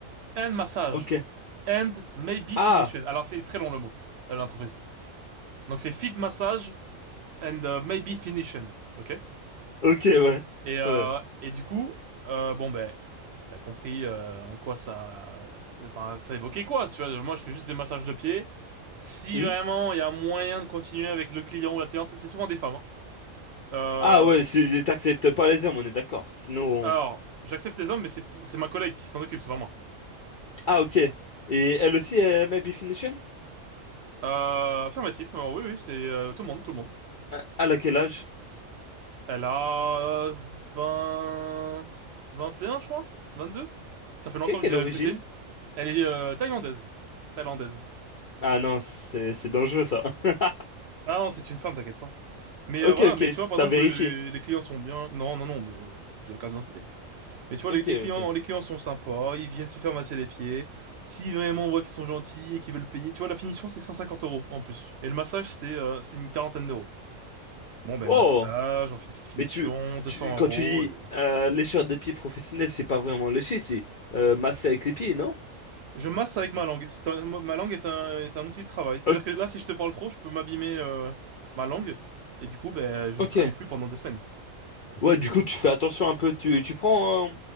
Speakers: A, on the right; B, on the left.
A: and Massage
B: Ok.
A: and Maybe
B: Ah,
A: Finishing. Alors, c'est très long le mot, euh, l'entreprise. Donc, c'est Fit Massage and euh, Maybe Finishing, ok?
B: ok, ouais.
A: Et, euh,
B: Ouais.
A: et du coup, euh, bon ben, t'as compris euh, en quoi ça, c'est- enfin, ça évoquait quoi, tu vois. Moi, je fais juste des massages de pieds. Si
B: Hmm
A: vraiment il y a moyen de continuer avec le client ou la cliente, c'est souvent des femmes. hein. Euh,
B: Ah, ouais, c'est- t'acceptes pas les hommes, on est d'accord. Sinon,
A: alors, j'accepte les hommes, mais c'est c'est ma collègue qui s'en occupe, c'est pas moi.
B: Ah, ok. Et elle aussi est Maybe Finition?
A: Euh, affirmatif, euh, oui, oui, c'est euh, tout le monde, tout le monde.
B: Ah, Elle a quel âge?
A: Elle a euh, 20... 21, je crois, 22. Ça fait
B: Ok,
A: longtemps que
B: quelle
A: je l'ai
B: origine?
A: recrutée. Elle est euh, thaïlandaise. Thaïlandaise.
B: Ah non, c'est c'est dangereux ça. <laughs>
A: Ah non, c'est une femme, t'inquiète pas. Mais
B: Ok,
A: euh, voilà,
B: ok,
A: mais tu vois, par
B: t'as
A: exemple,
B: vérifié.
A: les, les clients sont bien. Non, non, non, mais j'ai la carte d'identité. Mais tu vois,
B: Ok,
A: les, les clients,
B: ok.
A: les clients sont sympas, ils viennent se faire masser les pieds. Si vraiment on voit qu'ils sont gentils et qu'ils veulent payer, tu vois, la finition, c'est 150 euros en plus. Et le massage, c'est euh, c'est une quarantaine d'euros. Bon, ben,
B: Oh!
A: massage, on fait une petite finition,
B: Mais tu,
A: 200
B: tu quand
A: euros.
B: tu dis
A: Et...
B: euh, lécheur de pieds professionnel, c'est pas vraiment lécher, c'est euh, masser avec les pieds, non?
A: Je masse avec ma langue. C'est un- ma langue est un, est un outil de travail. C'est-à-dire
B: Ok.
A: que là, si je te parle trop, je peux m'abîmer euh, ma langue. Et du coup, ben, je
B: ok.
A: ne travaille plus pendant des semaines.
B: Ouais, du coup, tu fais attention un peu. Tu, tu prends. euh,